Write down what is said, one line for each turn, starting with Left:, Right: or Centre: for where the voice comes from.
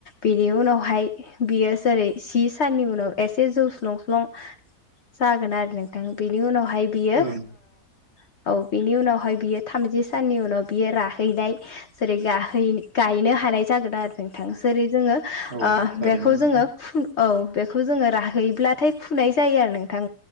Left: बेनि उनावहाय बियो जेरै जि साननि उनाव एसे जौ स्लं स्लं जागोन आरो नोंथां बेनि उनावहाय बियो
Right: ओं
Left: ओ औ बिनि उनावहाय बियो थामजि साननि उनाव बियो राहैनाय जेरै गाहै गायनो हानाय जागोन आरो नोंथां जेरै जोङो
Right: औ
Left: ओ
Right: ओरैनो
Left: बेखौ जोङो फु औ बेखौ जोङो राहैब्लाथाय फुनाय जायो आरो नोंथां